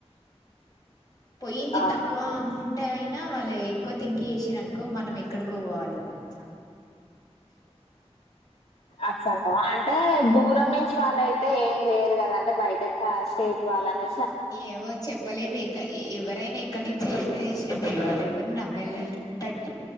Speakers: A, on the left; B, on the left.
A: పొయయింది
B: అవునా
A: తక్కువమ్ముంట అయినా వాళ్ళు ఎక్కువ థింక్ చేసిరనుకో మనం ఎక్కడికో పోవాలిక అట్లా
B: అసంత అంటే దూరం వాళ్ళయితే ఏం చేయరు కదంటే బయట స్టేట్ వాళ్ళనే
A: ఏమో చెప్పలేము ఇ ఎవరైనా ఇక్కడ నుంచి ఎట్లా పెందలాడే పోయి నమ్మేటట్